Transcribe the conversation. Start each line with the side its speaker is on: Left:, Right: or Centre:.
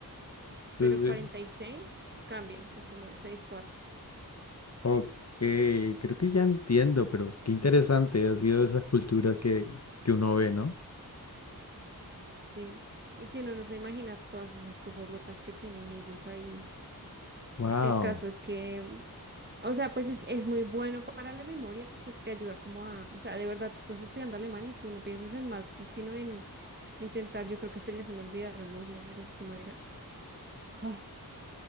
Left: Entonces,
Right: pero el 46 cambia, es como 6 4.
Left: ok, creo que ya entiendo, pero qué interesante ha sido esas culturas que, que uno ve, ¿no?
Right: Sí, y que uno no se imagina todas esas cosas locas que tienen ellos ahí.
Left: Wow.
Right: El caso es que O sea, pues es, es muy bueno para la memoria porque te ayuda como a, o sea, de verdad tú estás estudiando alemán y tú no piensas en más, sino en intentar, yo creo que hasta ya se me olvidaron los números, ¿cómo era? Ah,